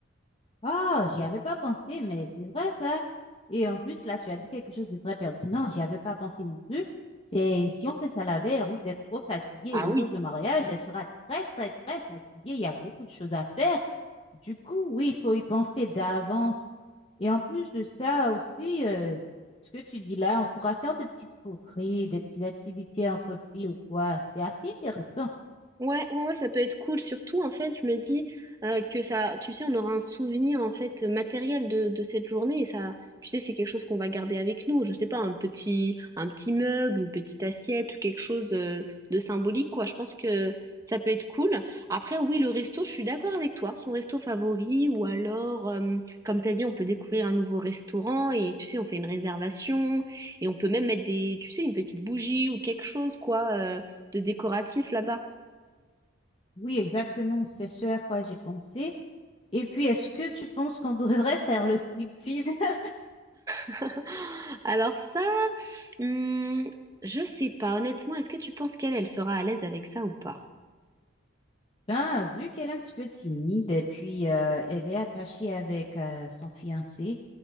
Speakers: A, on the left; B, on the right.
A: Oh, j'y avais pas pensé, mais c'est vrai ça. Et en plus, là, tu as dit quelque chose de très pertinent. J'y avais pas pensé non plus. C'est si on fait ça la veille, elle risque d'être trop fatiguée.
B: Ah
A: Et le
B: oui.
A: jour du mariage, elle sera très, très, très fatiguée. Il y a beaucoup de choses à faire. Du coup, oui, il faut y penser d'avance. Et en plus de ça aussi, euh, ce que tu dis là, on pourra faire des petits poteries, des petites activités entre filles ou quoi. C'est assez intéressant.
B: Ouais, ouais, ouais, ça peut être cool. Surtout, en fait, je me dis euh, que ça, tu sais, on aura un souvenir en fait matériel de, de cette journée et ça, tu sais, c'est quelque chose qu'on va garder avec nous. Je sais pas, un petit, un petit mug, une petite assiette ou quelque chose euh, de symbolique, quoi. Je pense que ça peut être cool. Après, oui, le resto, je suis d'accord avec toi. Son resto favori ou alors, euh, comme t'as dit, on peut découvrir un nouveau restaurant et tu sais, on fait une réservation et on peut même mettre des, tu sais, une petite bougie ou quelque chose, quoi, euh, de décoratif là-bas.
A: Oui, exactement. C'est ce à quoi j'ai pensé. Et puis, est-ce que tu penses qu'on <laughs> devrait faire le striptease? <laughs>
B: <laughs> Alors ça, hmm, je sais pas. Honnêtement, est-ce que tu penses qu'elle, elle sera à l'aise avec ça ou pas?
A: Ben, vu qu'elle est un petit peu timide et puis euh, elle est attachée avec euh, son fiancé,